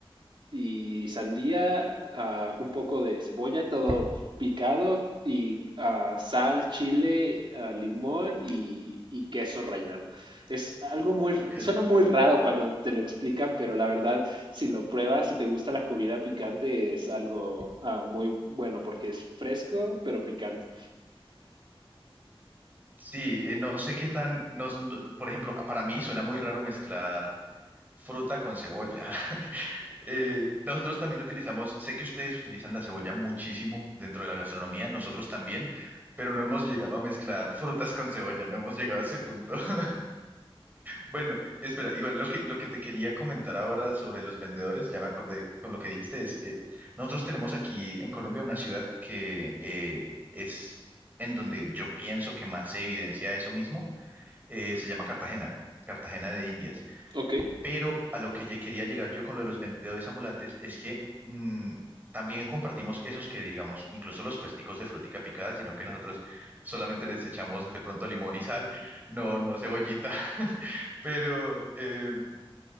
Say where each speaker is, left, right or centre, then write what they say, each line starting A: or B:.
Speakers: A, on the right; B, on the right.
A: y sandía, ah, un poco de cebolla, todo picado, y ah, sal, chile, ah, limón y, y queso rallado. Es algo muy, r-
B: ok.
A: suena muy raro cuando te lo explican, pero la verdad, si lo pruebas, si te gusta la comida picante, es algo ah, muy bueno porque es fresco, pero picante.
B: Sí, eh, no sé qué tan, no- no- por ejemplo, ah, para mí suena muy raro mezclar fruta con cebolla. <laughs> Eh, nosotros también utilizamos, sé que ustedes utilizan la cebolla muchísimo dentro de la gastronomía, nosotros también, pero no hemos llegado a mezclar frutas con cebolla, no hemos llegado a ese punto. <laughs> Bueno, espera, igual lo que, lo que te quería comentar ahora sobre los vendedores, ya me acordé con lo que dijiste, es, eh, nosotros tenemos aquí en Colombia una ciudad que eh, es en donde yo pienso que más se evidencia eso mismo, eh, se llama Cartagena, Cartagena de Indias.
A: Ok.
B: Pero a lo que ye- quería llegar yo con lo de los vendedores ambulantes es que mm, también compartimos esos que, digamos, incluso los puesticos de frutica picada, sino que nosotros solamente les echamos de pronto limón y sal, no, no cebollita, <laughs> pero, eh,